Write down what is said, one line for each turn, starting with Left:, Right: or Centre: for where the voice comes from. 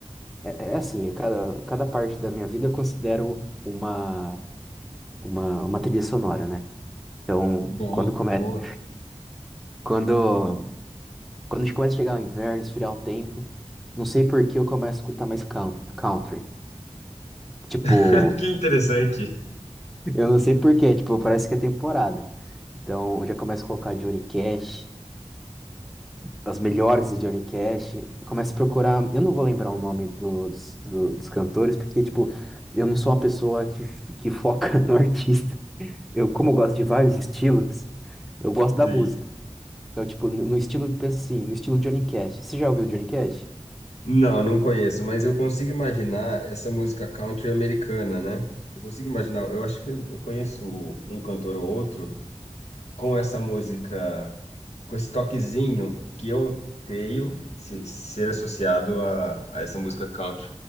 Centre: é, é é assim, é cada, cada parte da minha vida eu considero uma, uma, uma trilha sonora, né? Então,
Left: Boa,
Centre: quando começa,
Left: boa.
Centre: quando, quando começa a chegar o inverno, esfriar o tempo, não sei por que eu começo a escutar mais coun- country. Tipo,
Left: <laughs> Que interessante.
Centre: eu não sei por quê, tipo, parece que é temporada. Então, eu já começo a colocar Johnny Cash, as melhores do Johnny Cash. Começa a procurar. Eu não vou lembrar o nome dos, do- dos cantores, porque, tipo, eu não sou uma pessoa que, que foca <laughs> no artista. Eu, como eu gosto de vários estilos, eu gosto da
Left: Sim.
Centre: música. Então, tipo, no no estilo, pensa assim, no estilo Johnny Cash. Você já ouviu Johnny Cash?
Left: Não, não conheço, mas eu consigo imaginar essa música country americana, né? Eu consigo imaginar, eu acho que eu conheço um cantor ou outro com essa música. com esse toquezinho que eu creio se- ser associado a, a essa música country.